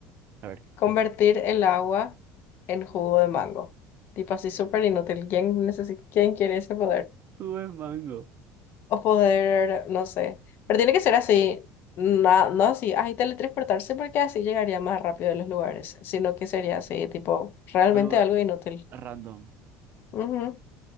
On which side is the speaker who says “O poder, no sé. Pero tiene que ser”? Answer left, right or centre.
Left